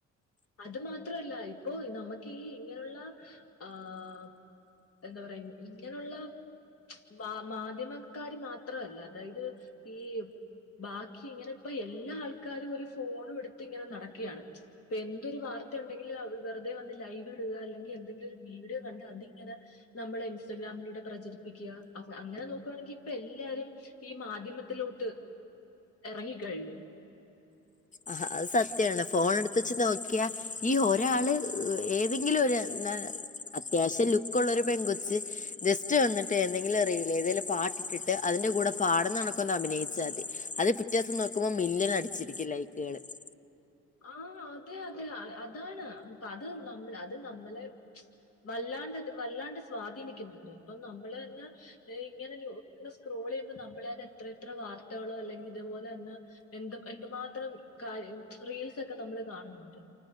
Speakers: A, on the left; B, on the left.
A: അത് മാത്രല്ല ഇപ്പൊ നമുക്ക് ഈ ഇങ്ങനെയുള്ള ആഹ് എന്തപറയാ ഇങ്ങനെയുള്ള വാ മാധ്യമക്കാര് മാത്രല്ല അതായത് ഈ ബാക്കി ഇങ്ങനെപ്പ എല്ലാ ആൾക്കാരും ഒരു ഫോണൂട്ത്ത് ഇങ്ങനെ നടക്കയാണ്. പ്പൊ എന്തൊരു വാർത്തയു ണ്ടെങ്കിൽ വെറുതെ വന്ന് ലൈവിടുക അല്ലെങ്കിൽ എന്തെങ്കിലും ഒരു വീഡിയോ കണ്ട് അതിങ്ങനെ നമ്മളെ ഇൻസ്റ്റഗ്രാമിലൂടെ പ്രചരിപ്പിക്ക അങ്ങനെ നോക്കുകയാണെങ്കിൽ ഇപ്പൊ എല്ലാരും ഈ മാധ്യമത്തിലോട്ട് എറങ്ങിക്കഴിഞ്ഞു.
B: അഹ അത് സത്യമാണ് ഫോൺ എടുത്തുവേച്ച് നോക്ക്യ ഈ ഒരാള് ഏതെങ്കിലും ഒരു അത്യാവശ്യം ലുക്കൊള്ളൊരു പെൺകൊച്ച് ജസ്റ്റ് വന്നിട്ട് ഏന്തെങ്കിലും റീല് ഏതെങ്കിലു. പാട്ടിട്ടിട്ട് അതിന്റെ കൂടെ പാടുന്നണക്കൊന്നഭിനയിച്ചാതി അത് പിറ്റേ ദിവസം നോക്കുമ്പോ മില്യൻ അടിച്ചിരിക്കും ലൈക്ക് ഏഴ് <unintelligible>
A: ആഹ് അതെ അതെ അതാണ് അത് നമ്മളെ അത് നമ്മളെ വല്ലാണ്ട്ത് വല്ലാണ്ട് സ്വാധീനിക്കുന്നുണ്ട് ഇപ്പൊ നമ്മളന്നെ ഇങ്ങനെ സ്ക്രോൾ ചെയ്യുമ്പോ നമ്മളെ എത്ര എത്ര വാർത്തകളോ അല്ലെങ്കിൽ ഇതുപോലെ തന്നെ എന്ത് എന്തുമാത്രം കാര്യ റീൽസൊക്കെ നമ്മള് കാണുന്നുണ്ട്.